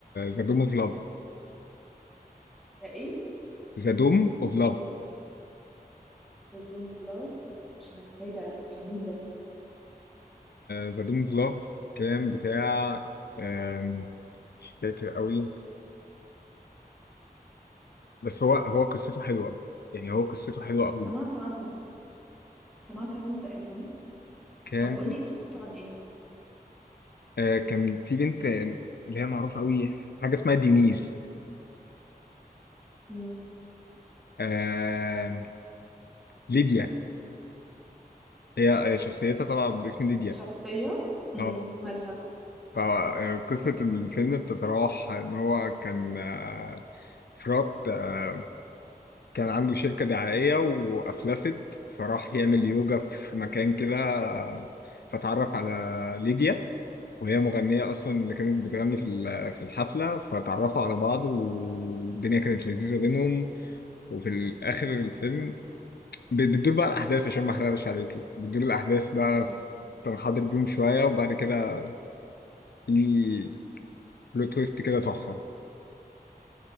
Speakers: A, on the left; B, in the centre.
A: ذا دوم اوف لاف
B: ده ايه
A: ذا دوم اوف لاف
B: ذا دون اوف لاف مش عارفه إيه ده بتاع مين ده
A: ذا دوم اوف لاف كان بتاع آم، مش فاكر قوي بس هو هو قصته حلوه يعني هو قصته حلوه
B: بس
A: قوي
B: سمعت عنه سمعت عنه تقريبا
A: كان
B: طب قولي قصته عن ايه
A: آه، كان في بنت آه، اللي هي معروفة قوي حاجة اسمها دينير
B: امم
A: آه، ليديا هي آه، شخصيتها طبعا باسم ليديا
B: شخصية امم
A: اه
B: مالها
A: فقصة الفيلم بتتراوح ان هو كان آه، فرات آه، كان عنده شركة دعائية وأفلست فراح يعمل يوجا في مكان كده آه، فتعرف على ليديا وهي مغنية أصلا اللي كانت بتغني في ال- في الحفلة فتعرفوا على بعض والدنيا كانت لذيذة بينهم وفي الاخر الفيلم ب- بتدور بقى الاحداث عشان ما احرقش عليكي بتدور الاحداث بقى
B: مم.
A: في كان حاضر بيهم شويه وبعد كده في بلوت تويست كده تحفه